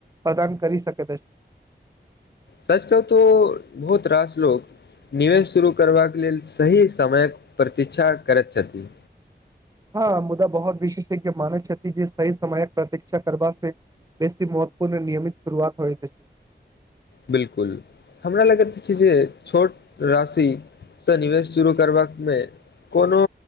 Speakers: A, on the right (about 20°); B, on the left (about 65°).
A: प्रदान कर सक तऽ
B: सच का तो बहुत रास लो निवेश शुरू करबाक लेल सही समयके प्रतीक्षा करैत छथि
A: हँ मुदा बहुत विशेषज्ञ मानै छथि जे सही समयक प्रतीक्षा करबा बेसी मत्वपूर्ण नियमित शुरुआत होइ छय
B: बिलकुल हमरा लगैत छय जे छोट राशि सँ निवेश शुरू करबा में कोनो